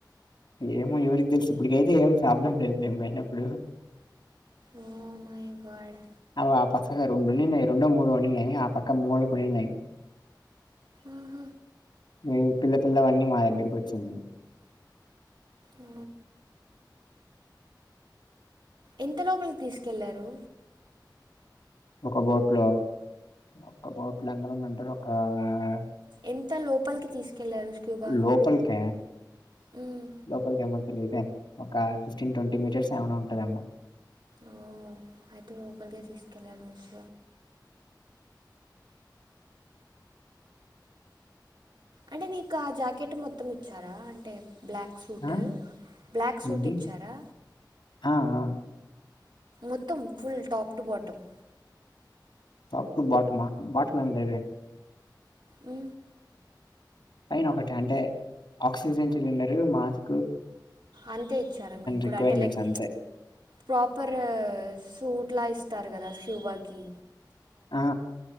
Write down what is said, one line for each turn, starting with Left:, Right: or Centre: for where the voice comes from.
Left: ఏమో ఎవరికి తెలిసు ఇప్పటికైతే ఏం ప్రాబ్లం లేదు మేము పోయినప్పుడు
Right: ఓ మై గాడ్
Left: అవు ఆ పక్కగా రెండున్నాయి రెండో మూడుోడి ఉన్నాయి ఆ పక్క మూ పన్నాయి
Right: అహ
Left: మీ పిల్ల పల్లవన్నీ మా దగ్గరకి వచ్చింది
Right: ఓ. ఎంత లోపలి తీసుకెళ్లారు
Left: ఒక బోట్ లో ఒక బోట్లు అంద ఉందంటారు ఒక ఆ
Right: ఎంత లోపలికి తీసుకెళ్లారు స్క్యూబా
Left: లోపల్క క
Right: మ్మ్.
Left: లోకల్ క మత్తలే ఇదతే ఒక ఫిఫ్టీన్ ట్వంటీ మీటర్స్ ఏమైనా ఉంటదమ్మా
Right: ఓ అయితే రఓపల్కగా తీస్కలాంచ అంటే నీకు ఆ జాకెట్ మొత్తం ఇచ్చారా అంటే బ్లాక్ సూట్
Left: ఆ
Right: బ్లాక్ సూట్
Left: ఏంటి
Right: ఇచ్చారా
Left: ఆ ఆ
Right: మొత్తం ఫుల్ టాప్ టు బాటమ్
Left: తప్ప బాటుమా బాట్మతే
Right: ఈ
Left: పైన ఒకటి అంటే ఆక్సిజన్ సిలిండరు మాస్
Right: అంతే ఇచ్చారా మీకు కూడా
Left: రిక్వైర్మెంట్స్
Right: అంటే లైక్
Left: అంతే
Right: ప్రాపర్ సూట్ ఇట్లా ఇస్తారు కదా శూభాకిి
Left: ఆ